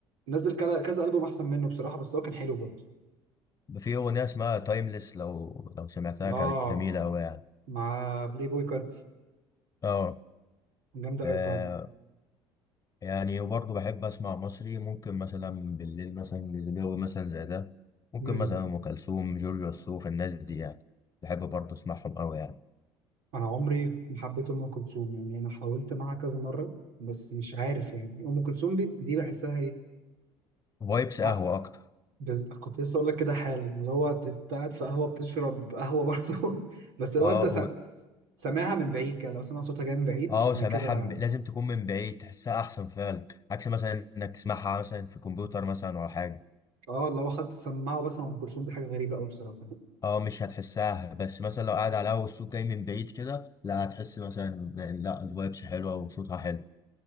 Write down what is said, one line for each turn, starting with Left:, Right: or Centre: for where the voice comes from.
Right: نزل كذا كذا البوم احسن منه بصراحه بس هو كان حلو برضه
Left: في اغنيه اسمها تايمليس لو لو سمعتها
Right: اه
Left: كانت جميله قوي يعني
Right: مع بلاي بوي كارتي
Left: اه
Right: جامده
Left: ف-
Right: قوي فعلا
Left: يعني وبرضه بحب اسمع مصري ممكن مثلا بالليل مثلا الجو مثلا زي ده ممكن
Right: امم
Left: مثلا ام كلثوم جورج وسوف الناس دي يعني بحب برضه اسمعهم قوي يعني
Right: انا عمري ما حبيت ام كلثوم يعني انا حاولت معاها كذا مره بس مش عارف يعني ام كلثوم دي دي بحسها ايه
Left: فايبس قهوه
Right: ع-
Left: اكتر
Right: بز... كنت لسه اقول لك كده حال اللي هو تس- قاعد في قهوه بتشرب قهوه برضه <laughs> بس لو
Left: اه
Right: انت س... سامعها من بعيد كده لو سمع صوتها جاي من بعيد
Left: اه
Right: انا
Left: سامعها
Right: كده
Left: م- لازم تكون من بعيد تحسها احسن فعلا عكس مثلا انك تسمعها مثلا في كمبيوتر مثلا ولا حاجه
Right: اه لو خدت السماعه وبسمع ام كلثوم دي حاجه غريبه قوي بصراحه
Left: اه مش هتحسها بس مثلا لو قاعد على اول الصوت جاي من بعيد كده لا هتحس مثلا لا الفايبس حلوه وصوتها حلو